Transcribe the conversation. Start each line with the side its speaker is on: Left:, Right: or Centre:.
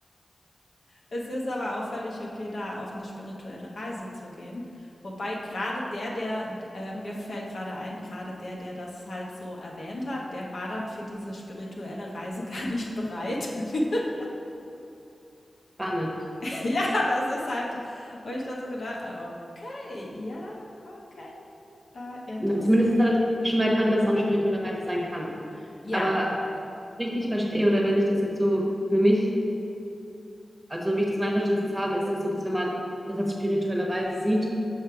Left: Es ist aber auch völlig okay, da auf eine spirituelle Reise zu gehen. Wobei gerade der, der, äh, mir fällt gerade ein, gerade der, der das halt so erwähnt hat, der war dann für diese spirituelle Reise <laughs> gar nicht bereit. <laughs>
Right: Spannend.
Left: Ja, das ist halt, wo ich dann so gedacht, okay, ja, okay, äh, interessant.
Right: Na, zumindest hat er schon mal erkannt, dass es auch eine spirituelle Reise sein kann.
Left: Ja,
Right: Aber richtig verstehe, oder wenn ich das jetzt so für mich, also wie ich das mein Verständnis jetzt habe, ist das so, dass wenn man das als spirituelle Reise sieht,